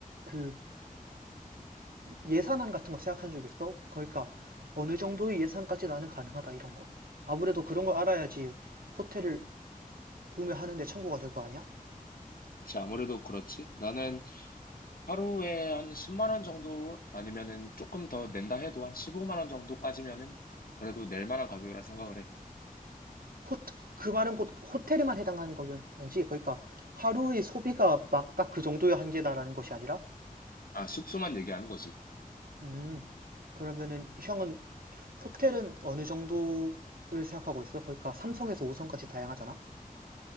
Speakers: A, on the right; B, on the left.
A: 그 예산안 같은 거 생각한 적 있어? 그러니까 어느 정도의 예산까지 나는 가능하다 이런 거. 아무래도 그런 걸 알아야지 호텔을 구매하는데 참고가 될 거 아니야?
B: 그치. 아무래도 그렇지. 나는 하루에 한 10만 원 정도 아니면은 조금 더 낸다 해도 한 15만 원 정도까지면은 그래도 낼 만한 가격이라 생각을 해.
A: 호, 그 말은 곧 호텔에만 해당하는 거지 그러니까 하루의 소비가 막 딱 그 정도의 한계다라는 것이 아니라?
B: 아, 숙소만 얘기하는 거지.
A: 음, 그러면은 형은 호텔은 어느 정도를 생각하고 있어? 그러니까 3성에서 5성까지 다양하잖아?